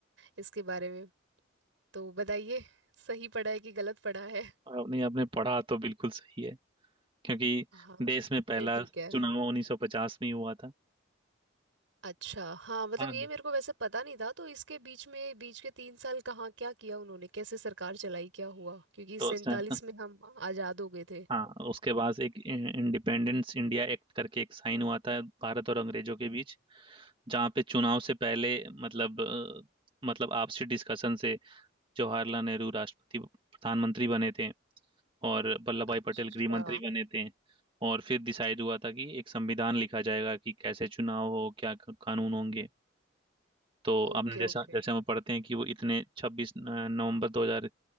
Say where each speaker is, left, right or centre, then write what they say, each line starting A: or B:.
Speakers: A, on the right; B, on the right.
A: इसके बारे में तो बताइए सही पढ़ा है कि गलत पढ़ा है
B: आपने आपने पढ़ा तो बिल्कुल सही है क्योंकि
A: हाँ
B: देश में पहला
A: फिर ठीक है
B: चुनाव उन्नीस सौ पचास में ही हुआ था
A: अच्छा हाँ मतलब
B: हाँ
A: ये मेरे को वैसे पता नहीं था तो इसके बीच में बीच के तीन साल कहाँ क्या किया उन्होंने कैसे सरकार चलाई क्या हुआ क्योंकि
B: तो
A: सैंतालीस
B: सैंता
A: में हम आज़ाद हो गए थे
B: हाँ उसके बाद एक इंडिपेंडेंस इंडिया एक्ट करके एक साइन हुआ था भारत और अंग्रेजों के बीच जहाँ पे चुनाव से पहले मतलब अ, मतलब आपसी डिस्कशन से जवाहरलाल नेहरू राष्ट्रपति प्रधानमंत्री बने थे और वल्लभ भाई
A: अच्छा
B: पटेल गृह मंत्री बने थे और फिर डिसाइड हुआ था कि एक संविधान लिखा जाएगा कि कैसे चुनाव हो क्या क- कानून होंगे तो
A: Okay
B: आपने जैसा
A: okay
B: जैसे हम पढ़ते हैं कि वो इतने छब्बीस नवंबर दो हजार